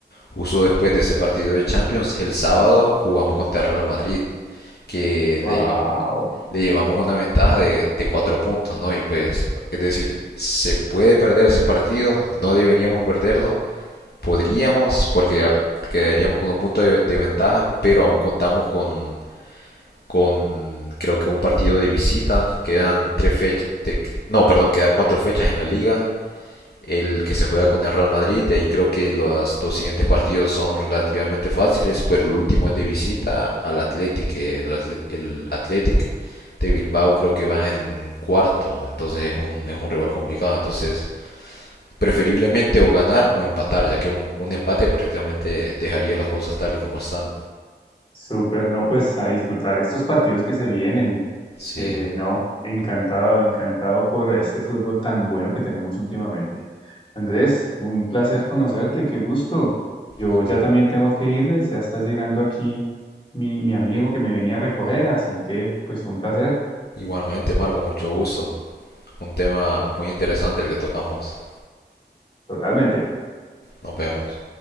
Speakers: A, on the left (about 60°); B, on the left (about 30°).
A: justo después de ese partido de Champions, el sábado jugamos contra el Real Madrid, que
B: ¡Wow!
A: le llevamos, le llevamos una ventaja de, de cuatro puntos, ¿no? Y pues, es decir, se puede perder ese partido, no deberíamos perderlo, podríamos, porque ah, quedaríamos con un punto de, de ventaja, pero aún contamos con, con creo que un partido de visita. Quedan tres fechas, de, no, perdón, quedan cuatro fechas en la liga. El que se juega con el Real Madrid, de ahí creo que los dos siguientes partidos son relativamente fáciles, pero el último es de visita al Athletic. El, Atlet- el Athletic de Bilbao creo que va en cuarto, entonces es un, es un rival complicado. Entonces preferiblemente o ganar o empatar, ya que un, un empate prácticamente dejaría las cosas tal y como están.
B: Súper, no, pues a disfrutar estos partidos que se vienen.
A: Sí,
B: Eh, no, encantado, encantado por este fútbol tan bueno que tenemos últimamente. Andrés, un placer conocerte, qué gusto. Yo
A: igual-
B: ya también tengo que irme, ya está llegando aquí mi, mi amigo que me venía a recoger, así que pues fue un placer,
A: igualmente Marco, mucho gusto. Un tema muy interesante el que tocamos.
B: totalmente.
A: Nos vemos.